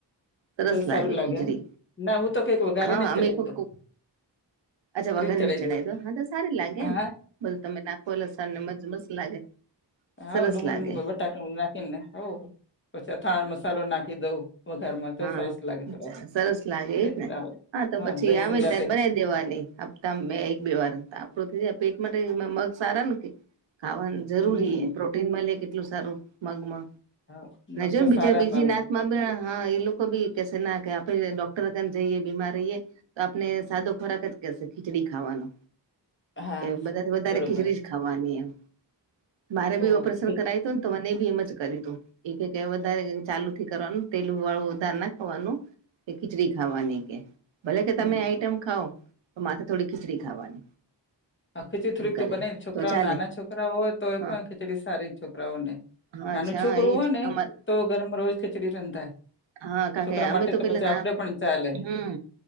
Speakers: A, on the right (about 80°); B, on the left (about 25°).
A: સરસ
B: તો
A: લાગે
B: સારું
A: ખીચડી
B: એમ ના હું તો કંઈક વઘારીને
A: હા
B: જ
A: અમે
B: ચડાવી
A: અચ્છા
B: દઉં
A: વઘારીને
B: ચડાવી
A: ચઢાય
B: દઉં
A: તો હા તો સારી લાગે
B: હા
A: ને બધું તમે નાખો એટલે મસ્ત લાગે સરસ
B: હઓ ડુંગળીને
A: લાગે
B: <unintelligible> <unintelligible> નાખીને હઓ પછી અથાણાનો મસાલો નાખી દઉં વઘારમાં તો
A: હા
B: સરસ લાગે થોડો
A: સરસ લાગે
B: ટેસ્ટ
A: એજ ને
B: આવે
A: હા તો પછી
B: દહીં
A: આવે
B: સંગાતે
A: ત્યારે જ બનાવ દેવાની હપ્તા માં બે એક બે વાર આપડું પેટ માટે મગ સારા ને કે ખાવાનું જરૂરી
B: હમ
A: એ પ્રોટીન મળે કેટલું સારું મગમાં
B: હા
A: ના
B: મગ
A: જો
B: તો
A: બીજા
B: સારા
A: બીજી
B: પણ હવે
A: નાત માં બ હા એ લોકો બી કેશે ના કે આપડે ડોક્ટર ને જઈએ બીમાર રહીએ તો આપને સાદો ખોરાક જ કેસે ખીચડી ખાવાનું
B: હા
A: એ બધા વધારે
B: બરોબર
A: ખીચડી જ ખાવાની એમ મારે
B: હોય
A: બી ઓપરેશન કરાયુ હતું ને તો મને બી એમ જ કર્યું હતું એ વધારે ચાલુ થી કરવાનું તેલું વાળું વધારે ના ખાવાનું કે ખીચડી ખાવાની કે ભલે કે
B: હમ
A: તમે આઈટમ ખાઓ તો માથે થોડી ખીચડી ખાવાની
B: આ ખીચડી થોડીક
A: એમ કરે
B: તો બનાવી છોકરાઓ
A: તો ચાલે
B: નાના છોકરાઓ હોય તો એ
A: હા
B: પણ ખીચડી સારી છોકરાઓને
A: હા
B: નાનું
A: અચ્છા
B: છોકરું
A: હા એજ
B: હોય ને
A: અમા
B: તો ગરમ રોજ ખીચડી રંધાય
A: હા કા
B: છોકરા
A: કે અમે
B: માટે
A: તો પેલા
B: પછી
A: ના
B: આપડે પણ ચાલે
A: હમ્મ